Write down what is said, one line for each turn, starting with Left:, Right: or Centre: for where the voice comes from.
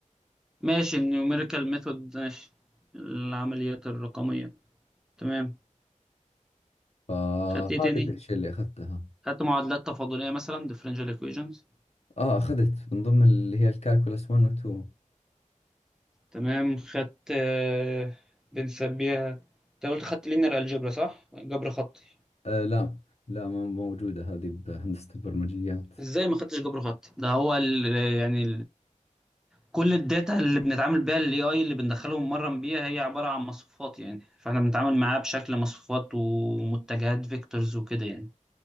Centre: ماشي النيوميريكال ميثود ماشي العمليات الرقمية تمام
Left: فهذه
Centre: خدت ايه تاني
Left: الأشياء اللي أخذتها
Centre: خدت معادلات تفاضلية مثلا differential equations
Left: آه أخذت من ضمن اللي هي الكالكولس 1 و 2
Centre: تمام خدت آه، بنسميها انت قلت خدت linear algebra صح جبر خطي
Left: آه لا لا ما موجودة هذه بهندسة البرمجيات
Centre: ازاي ما خدتش جبر خطي ده هو ال... يعني كل الداتا اللي بنتعامل بيها الاي اي اللي بندخله ونمرن بيها هي عبارة عن مصفوفات يعني فاحنا بنتعامل معاه بشكل مصفوفات ومتجهات فيكتورز وكده يعني